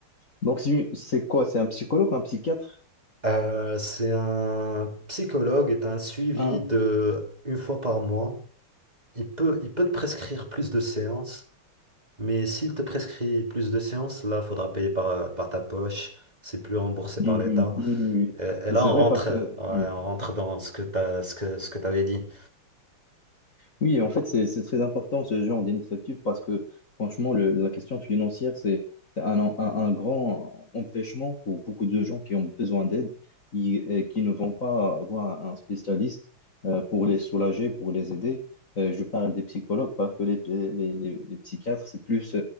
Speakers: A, on the left; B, on the right.
A: Donc, c'est c'est quoi? C'est un psychologue ou un psychiatre?
B: Euh, c'est un psychologue est un suivi
A: Ah,
B: de une fois par mois. Il peut, il peut te prescrire plus de séances. Mais s'il te prescrit plus de séances, là, faudra payer par, euh, par ta poche. C'est plus remboursé
A: hum,
B: par l'État.
A: hum, hum, oui.
B: Et, et là,
A: C'est
B: on
A: vrai
B: rentre,
A: parce que,
B: ouais,
A: oui,
B: on rentre dans ce que t'as, ce que, ce que t'avais dit.
A: Oui, en fait, c'est c'est très important ce genre d'initiative parce que franchement, le- la question financière, c'est c'est un, en- un, un grand empêchement pour beaucoup de gens qui ont besoin d'aide qui- et qui ne vont pas voir un spécialiste euh, pour les soulager, pour les aider. Euh, je parle des psychologues parce que les, les, les, les psychiatres, c'est plus